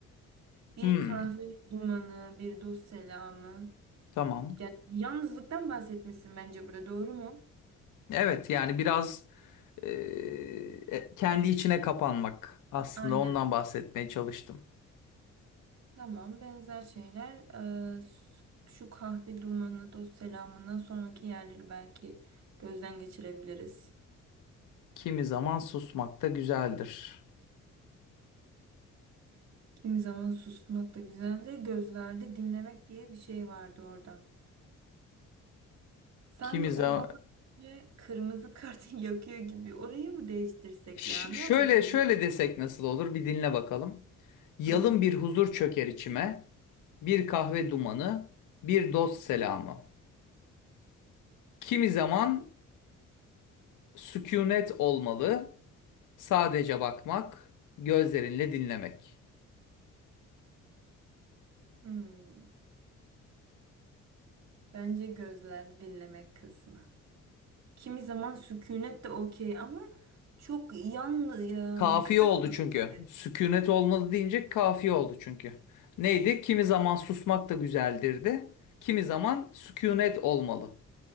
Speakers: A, on the right; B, on the left.
A: Bir
B: Hmm,
A: kahve dumanı, bir dost selamı.
B: tamam.
A: Yani yalnızlıktan bahsetmişsin bence burada doğru mu?
B: Evet yani biraz eee, e, kendi içine kapanmak. Aslında
A: Aynen.
B: ondan bahsetmeye çalıştım.
A: Tamam benzer şeyler. Ee, s- şu kahve dumanı, dost selamından sonraki yerleri belki gözden geçirebiliriz.
B: Kimi zaman susmak da güzeldir.
A: Kimi zaman susmak da güzeldir. Gözlerde dinlemek diye bir şey vardı orada. Sanki
B: Kimi
A: o
B: zaman
A: bana böyle kırmızı kartı <laughs> yakıyor gibi. Orayı mı değiştirsek
B: Ş-
A: ya? Ne
B: şöyle
A: yapabiliriz?
B: şöyle desek nasıl olur? Bir dinle bakalım. Yalın
A: Tamam.
B: bir huzur çöker içime. Bir kahve dumanı, bir dost selamı. Kimi zaman sükunet olmalı. Sadece bakmak, gözlerinle dinlemek.
A: Hmm. Bence gözlerde dinlemek kısmı. Kimi zaman sükunet de okey ama çok yan ya,
B: Kafiye
A: kısa
B: oldu
A: kaldı
B: çünkü.
A: gibi.
B: Sükunet olmalı deyince kafiye oldu çünkü. Neydi? Kimi zaman susmak da güzeldir de. Kimi zaman sükunet olmalı